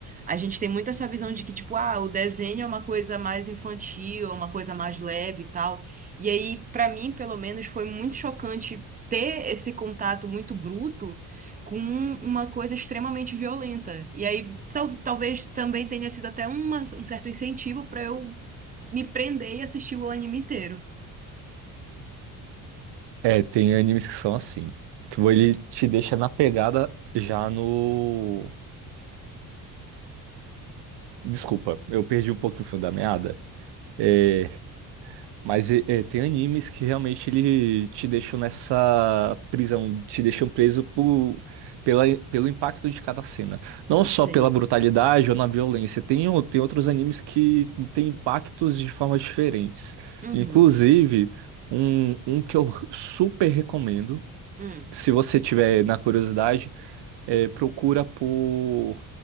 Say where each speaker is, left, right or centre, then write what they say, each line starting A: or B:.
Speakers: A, on the right; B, on the right.
A: A gente tem muito essa visão de que, tipo, ah, o desenho é uma coisa mais infantil, é uma coisa mais leve e tal. E aí, pra mim, pelo menos, foi muito chocante ter esse contato muito bruto com uma coisa extremamente violenta. E aí, tal- talvez também tenha sido até uma- um certo incentivo pra eu me prender e assistir o anime inteiro.
B: É, tem animes que são assim. Que ele te deixa na pegada já no. Desculpa, eu perdi um pouquinho o fio da meada. É, Mas é, é, tem animes que realmente ele te deixam nessa prisão, te deixam preso por, pela, pelo impacto de cada cena. Não só
A: Sei.
B: pela brutalidade ou na violência. Tem, o- tem outros animes que têm impactos de formas diferentes.
A: Uhum.
B: Inclusive, um, um que eu super recomendo,
A: Hum.
B: se você tiver na curiosidade, é, procura por